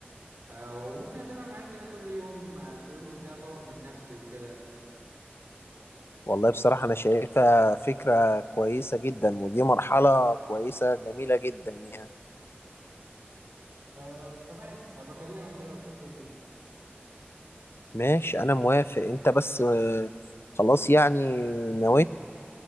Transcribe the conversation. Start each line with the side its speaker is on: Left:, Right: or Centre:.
Right: آه، وممكن اتابع معاك كده كل يوم آه، تقول لي ازاي اطور من نفسي وكده
Left: والله بصراحه انا شايفها فكره كويسه جدا ودي مرحله كويسه جميله جدا يعني
Right: آه، تمام هبقى اكلمك كده واشوف ايه الدنيا
Left: ماشي انا موافق انت بس آه، خلاص يعني نويت